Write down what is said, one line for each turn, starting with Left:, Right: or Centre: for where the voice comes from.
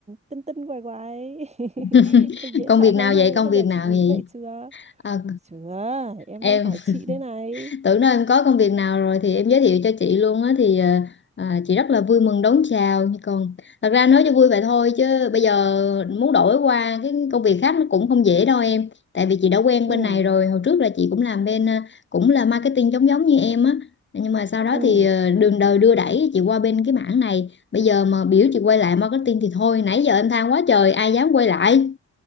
Right: tinh tinh quài quài <laughs>
Left: <laughs>
Right: dễ
Left: công
Right: thở
Left: việc
Right: hơn
Left: nào
Right: không?
Left: vậy
Right: Có
Left: công
Right: bao
Left: việc
Right: giờ
Left: nào
Right: chị nghĩ
Left: vậy
Right: vậy chưa?
Left: à,
Right: Chưa, em
Left: em
Right: đang hỏi chị đây này.
Left: <laughs> tưởng đâu em có công việc nào rồi thì em giới thiệu cho chị luôn á thì à, à, chị rất là vui mừng đón chào còn thật ra nói cho vui vậy thôi chứ bây giờ muốn đổi qua cái công việc khác nó cũng không dễ đâu em tại vì chị đã quen
Right: Ừ.
Left: bên này rồi hồi trước là chị cũng làm bên à, cũng là marketing giống giống như em á nhưng mà sau đó
Right: Ừ.
Left: thì à, đường đời đưa đẩy chị qua bên cái mảng này bây giờ mà biểu chị quay lại marketing thì thôi nãy giờ em than quá trời ai dám quay lại